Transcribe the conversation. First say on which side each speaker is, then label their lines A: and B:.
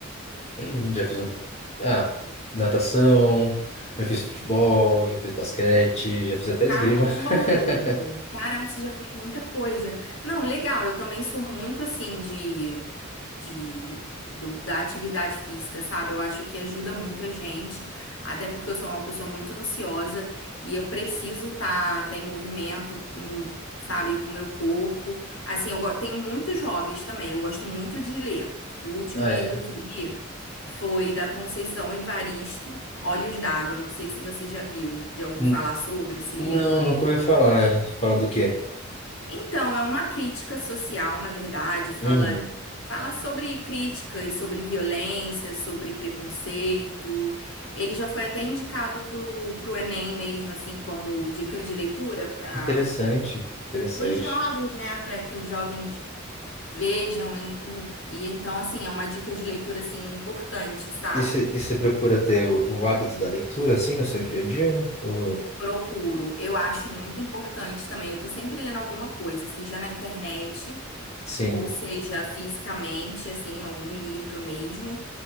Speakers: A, on the left; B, on the left.
A: <clears throat> Já fiz um. Ah, natação, já fiz futebol, já fiz basquete, já fiz até
B: Caramba,
A: esgrima.
B: Rodolfo.
A: <laughs>
B: Caramba, você já fez muita coisa. Não, legal. Eu também sou muito assim de, de do- da atividade física, sabe? Eu acho que ajuda muito a gente, até porque eu sou uma pessoa muito ansiosa e eu preciso estar tá, tá em movimento, sabe, com o meu corpo. Assim, eu go- tenho muitos hobbies também. Eu gosto muito de ler. O último
A: Ah,
B: livro
A: é.
B: que eu li foi da Conceição Evaristo, Olhos d'Água. Não sei se você já viu, já ouviu
A: N-
B: falar sobre esse livro.
A: Não, nunca ouvi falar. Falando do quê?
B: Então, é uma crítica social, na verdade, fala,
A: Uhum.
B: fala sobre críticas, sobre violência, sobre preconceito. Ele já foi até indicado pro, pro Enem mesmo, assim, como dica de leitura para
A: Interessante, interessante.
B: os jovens, né? Para que os jovens vejam. E, e então, assim, é uma dica de leitura, assim, importante, sabe?
A: E você procura ter o, o hábito da leitura, assim, no seu dia a dia? Ou...
B: Procuro. Eu acho muito importante também. Eu tô sempre lendo alguma coisa, seja na internet.
A: Sim,
B: ou seja, fisicamente, assim, algum livro mesmo.